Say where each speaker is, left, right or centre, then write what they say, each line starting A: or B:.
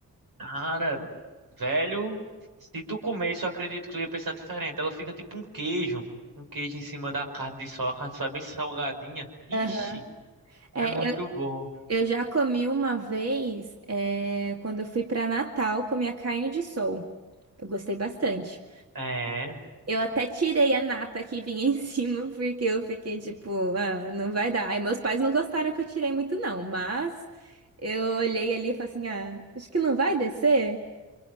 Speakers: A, on the right; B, on the right.
A: Cara, velho, se tu comesse, eu acredito que tu ia pensar diferente. Ela fica tipo um queijo, um queijo em cima da carne de sol. A carne de sol é bem salgadinha. Ixi,
B: Aham. É,
A: é muito
B: eu,
A: bom.
B: eu já comi uma vez, é, quando eu fui pra Natal, comi a carne de sol. Eu gostei bastante.
A: É,
B: Eu até tirei a nata que vinha <laughs> em cima, porque eu fiquei tipo, ah, não vai dar. Aí meus pais não gostaram que eu tirei muito, não, mas eu olhei ali e falei assim, ah, acho que não vai descer.